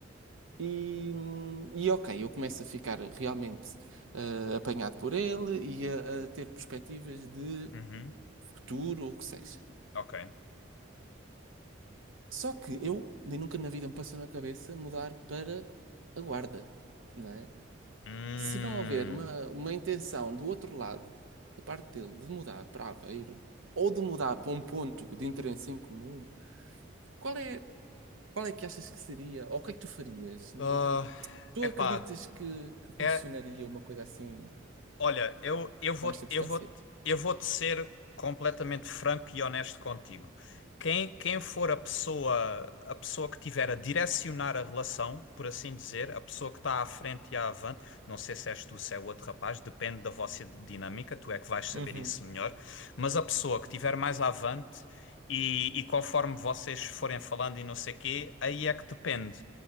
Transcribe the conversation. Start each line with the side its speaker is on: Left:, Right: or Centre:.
Right: E, hum, e ok, eu começo a ficar realmente ah, apanhado por ele e a, a ter perspectivas de
Left: Uhum.
Right: futuro ou o que seja.
Left: Ok.
Right: Só que eu nem nunca na vida me passou na cabeça mudar para a Guarda, não é?
Left: Hum.
Right: Se não houver uma, uma intenção do outro lado, da parte dele, de mudar para Aveiro ou de mudar para um ponto de interesse em comum, qual é, qual é que achas que seria? Ou o que é que tu farias? N-
Left: Ah,
Right: n- Tu
Left: epá,
Right: acreditas que, que funcionaria
Left: é
Right: uma coisa assim?
Left: Olha, eu, eu vou,
Right: com esta distância.
Left: eu vou, eu vou-te ser completamente franco e honesto contigo. Quem, quem for a pessoa, a pessoa que tiver a direcionar a relação, por assim dizer, a pessoa que está à frente e à avante, não sei se és tu, se é o outro rapaz, depende da vossa dinâmica, tu é que vais saber
Right: Uhum,
Left: isso melhor, mas a pessoa que tiver mais à avante e, e conforme vocês forem falando e não sei quê, aí é que depende.